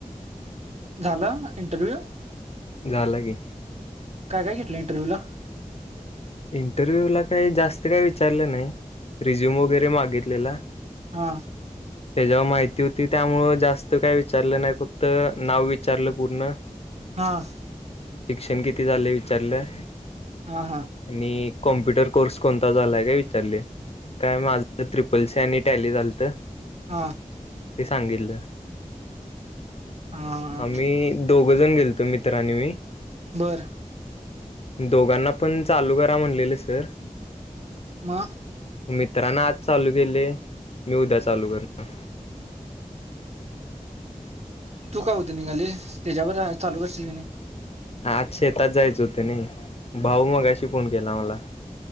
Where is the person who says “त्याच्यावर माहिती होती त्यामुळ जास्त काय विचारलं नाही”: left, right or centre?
Left